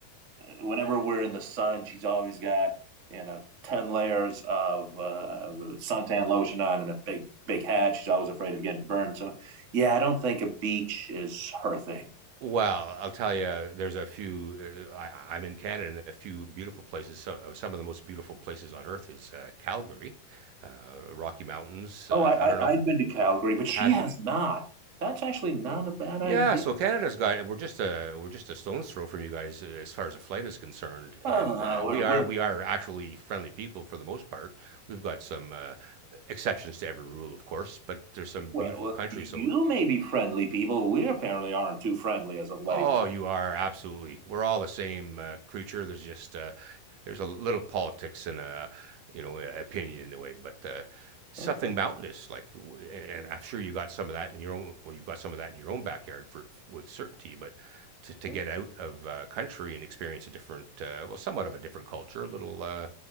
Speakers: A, on the right; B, on the right.
A: Whenever we're in the sun, she's always got you know ten layers of uh, suntan lotion on and a big big hat. She's always afraid of getting burned. So yeah, I don't think a beach is her thing.
B: Well, I'll tell you, there's a few. Uh, I, I'm in Canada, and a few beautiful places. Some, uh, some of the most beautiful places on earth is uh, Calgary, uh, Rocky Mountains.
A: Oh,
B: Uh,
A: I,
B: I don't
A: I
B: know
A: I've
B: if
A: been to Calgary, but she
B: have
A: has
B: you?
A: not. That's actually not a bad idea.
B: Yeah, so Canada's got we're just a we're just a stone's throw from you guys uh, as far as a flight is concerned,
A: Ah,
B: and uh,
A: we're
B: we
A: we're
B: are we are actually friendly people for the most part. We've got some uh, exceptions to every rule, of course, but there's some
A: well,
B: beautiful
A: well,
B: country.
A: you
B: So
A: may be friendly people. We apparently aren't too friendly as of late.
B: Oh, you are absolutely. We're all the same uh, creature. There's just uh, there's a little politics and a you know a- opinion in the way, but uh, something
A: Okay.
B: mountainous like, w- and I'm sure you got some of that in your own. Well, you've got some of that in your own backyard for with certainty, but. To, to
A: yeah.
B: get out of uh, country and experience a different, uh, well, somewhat of a different culture, a little uh,